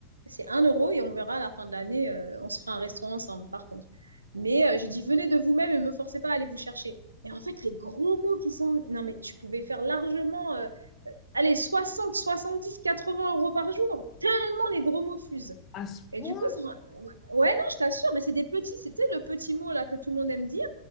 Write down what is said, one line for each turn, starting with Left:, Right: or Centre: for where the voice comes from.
Right: C'est un euro et on verra à la fin de l'année, euh, on se fera un restaurant ensemble, par contre.
Left: Mhm.
Right: Mais euh, j'ai dit venez de vous-même et ne me forcez pas à aller vous chercher. Et en fait, les gros mots qui sont. Non, mais tu pouvais faire largement, euh, allez, dix quatre-vingts euros par jour. Tellement les gros mots fusent.
Left: À ce
Right: Et
Left: point,
Right: du coup, ça- ouais, non, je t'assure, mais c'est des petits, c'était le petit mot là que tout le monde aime dire.